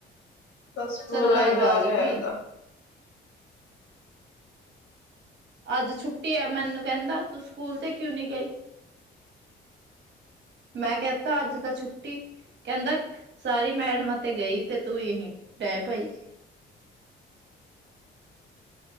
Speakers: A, on the left; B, on the right.
A: ਬਸ
B: ਚੱਲਾ
A: ਬੁਰਾ ਹੀ
B: ਜਾ
A: ਹਾਲ
B: ਜਮੀ।
A: ਹੈਗਾ
B: ਅੱਜ ਛੁੱਟੀ ਆ ਮੈਨੂੰ ਕੈਂਦਾ ਤੂੰ ਸਕੂਲ ਤੇ ਕਿਉਂ ਨੀ ਗਈ।
A: <inaudible>
B: ਮੈਂ ਕੈਤਾ ਅੱਜ ਤਾਂ ਛੁੱਟੀ। ਕੈਂਦਾ ਸਾਰੀ ਮੈਡਮਾਂ ਤੇ ਗਈ ਤੇ ਤੂੰ ਯਹੀ ਪੈ ਪਈ।